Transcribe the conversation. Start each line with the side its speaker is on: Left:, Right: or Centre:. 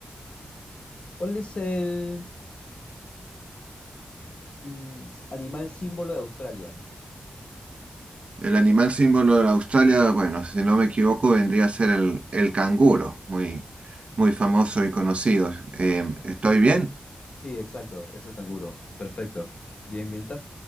Left: ¿cuál es el mm, s- animal símbolo de Australia?
Right: El animal símbolo de la Australia, bueno, si no me equivoco, vendría a ser el, el canguro, muy, muy famoso y conocido. Em, ¿estoy bien?
Left: Sí, exacto, es el canguro. Perfecto. Bien, bien, está.